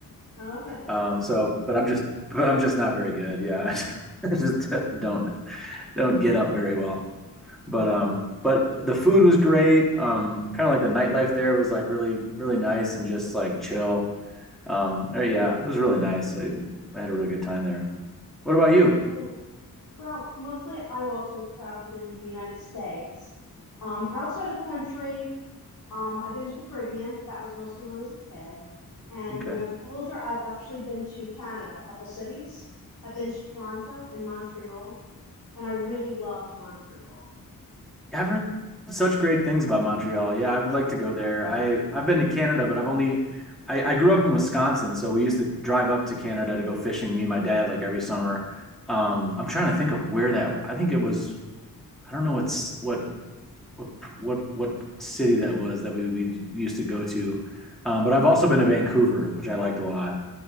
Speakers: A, on the left; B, in the centre.
A: Oh, Okay.
B: Um, so, but I'm just, but I'm just not very good. Yeah, <laughs> I just uh, don't don't get up very well. But um, but the food was great. Um, kind of like the nightlife there was like really really nice and just like chill. Um, uh, yeah, it was really nice. I I had a really good time there. What about you?
A: Very nice. Well, mostly I also have traveled in the United States. Um, outside of the country, Um, I've been to the Caribbean, but that was mostly when I was a kid. And
B: Okay.
A: when I was older, I've actually been to Canada, a couple cities. I've been to Toronto and Montreal, and I really loved Montreal.
B: I've heard such great things about Montreal. Yeah, I would like to go there. I I've been to Canada, but I've only I, I grew up in Wisconsin, so we used to drive up to Canada to go fishing, me and my dad, like every summer. Um, I'm trying to think of where that. I think it was. I don't know what's what what what what city that was that we we used to go to. Um, but I've also been to Vancouver, which I liked a lot.